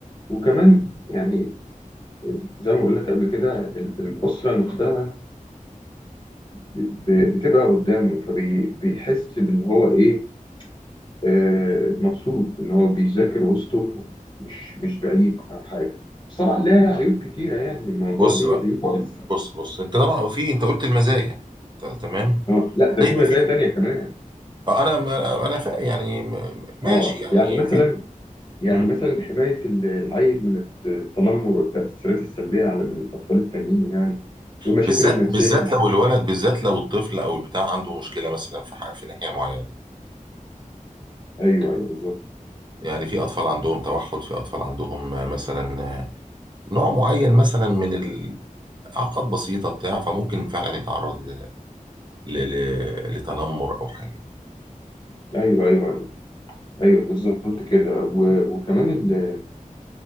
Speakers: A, on the left; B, on the right.
A: وكمان يعني ال- زي ما بقول لك قبل كده ال- الأسرة نفسها ب- بتبقى قدامه فبيحس بان هو ايه آه مبسوط ان هو بيذاكر وسطه مش مش بعيد او حاجه بس طبعا لها عيوب كتيره يعني الموضوع
B: بص
A: ليه
B: بقى
A: عيوب خالص
B: بص بص انت طبعا في انت قلت المزايا ت- تمام
A: اه لا
B: زي
A: ده في
B: ما
A: مزايا
B: في
A: تانية كمان
B: آه، انا ما انا فا يعني م- ماشي
A: اه
B: يعني
A: يعني مثلا
B: في
A: يعني
B: مم.
A: مثلا حمايه ال- العيل من الت- التنمر والتاثيرات السلبيه على من الاطفال التانيين يعني والمشاكل
B: بالذات
A: النفسيه
B: بالذات لو الولد بالذات لو الطفل او البتاع عنده مشكله مثلا في ح- في ناحيه معينه
A: ايوه ايوه بالظبط
B: يعني في اطفال عندهم توحد في اطفال عندهم آه، مثلا آه، نوع معين مثلا من الاعاقات بسيطه بتاع فممكن فعلا يتعرض ل... ل... ل... لتنمر او حاجه
A: ايوه ايوه ايوه ايوه بالظبط كده و- وكمان ال